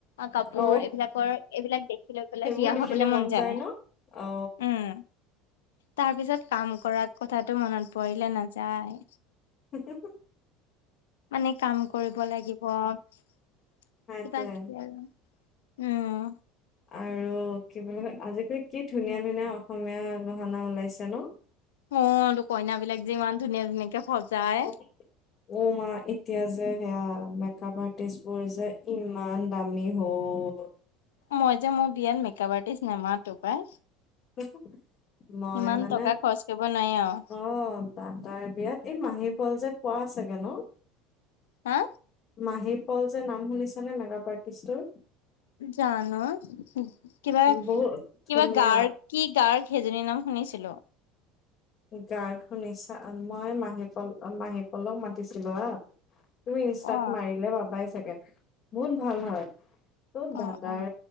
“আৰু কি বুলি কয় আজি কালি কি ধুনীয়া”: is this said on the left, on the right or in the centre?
Left